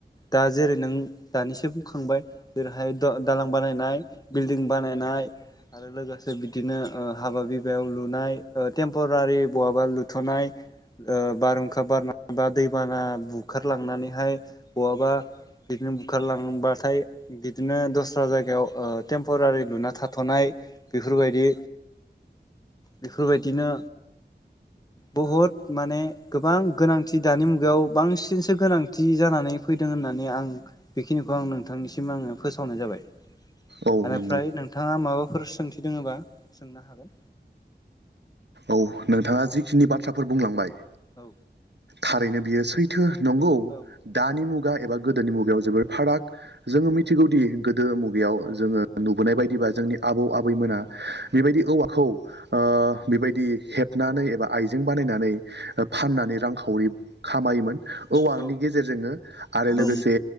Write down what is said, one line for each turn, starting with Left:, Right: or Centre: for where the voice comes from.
Left: दा जेरै नों दानिसो बुंखांबाय जेरैहाय दालां बानायनाय बिल्डिं बानायनाय आरो लोगोसे बिदिनो हाबा बिबायाव लुनाय टेम्परारि बहाबा लुथ'नाय बारहुंखा बार बा दैबाना बुखारलांनानैहाय बहाबा बिदिनो बुखारलांबाथाय बिदिनो दस्रा जायगायाव टेम्परारि लुना थाथ'नाय बेफोरबायदि बेफोरबायदिनो बुहुद माने गोबां गोनांथि दानि मुगा बेयाव बांसिनसो गोनांथि जानानै फैदों होननानै आं बेखिनिखौ आं नोंथांनिसिम आङो फोसाव नाय जाबाय
Right: औ
Left: बेनिफ्राय
Right: नंगौ
Left: नोंथाङा माबाफोर सोंथि दोङोबा सोंनो हागोन
Right: औ नोंथाङा जिखिनि बाथ्राफोर बुंलांबाय
Left: औ
Right: थारैनो बियो सैथो नंगौ
Left: औ
Right: दानि मुग मुगा एबा गोदोनि मुगायाव जोबोद फाराग जोङो मिथिगौदि गोदो मुगायाव जोङो नुबोनाय बायदि बा जोंनि आबौ आबैमोना बेबायदि औवाखौ ओ बेबायदि हेबनानै एबा आइजें बानायनानै फाननानै रांखावरि खामायोमोन औवानि
Left: औ
Right: गेजेरजोंनो आरो लोगोसे
Left: औ